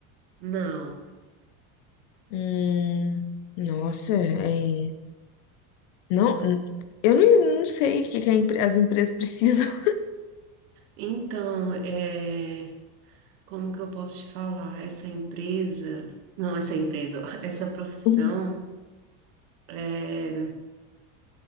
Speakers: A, on the right (about 75°); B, on the left (about 50°).
A: Não.
B: Hum, nossa, é. Não, n- eu não, não sei o que, que a empre- as empresas precisam.
A: Então, é, como que eu posso te falar? Essa empresa, não, essa empresa, ó, <laughs> essa profissão,
B: <laughs>
A: é,